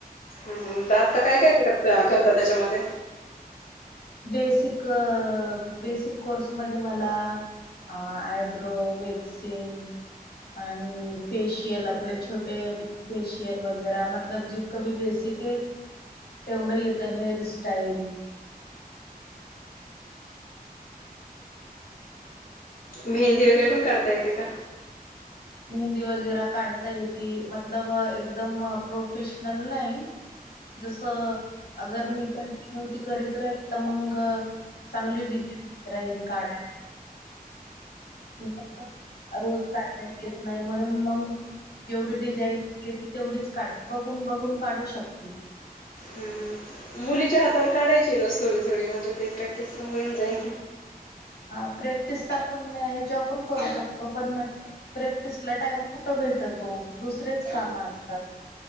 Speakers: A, on the left; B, on the left.
A: हम्म, आता काय, काय करतात त्याच्यामध्ये?
B: बेसिक, बेसिक कोर्समध्ये मला अ, आयब्रो, वेक्सिंग आणि फेशियल आपले छोट ते फेशियल वगैर मतलब जितक भी बेसिक आहे तेवढं येतं हे रिस्टाइल.
A: मेहंदी वगैरे पण काढता येते का?
B: मेहंदी वगैरे काढता येती, मतलब एकदम प्रोफेशनल नाही. जसं अगर मी कंटिन्यू ती करीत राहील तर मग चांगली डिझाईन वगैरे येनी काढाय. <unintelligible> रोज काढण्यात येत नाही म्हणून मग जेवढी डिझाईन येते तेवढीच काढ, बघून, बघून काढू शकते.
A: हम्म हम्म. मुलीच्या हातावर काढायची रोज थोडी, थोडी म्हणजे ते प्रॅक्टिस पण होईन जाईल.
B: हा, प्रॅक्टिस तर आपण ह्याच्यावर करू शकतो पण प्रॅक्टिसला टाइम कुठं भेटतो? दुसरेच काम असतात.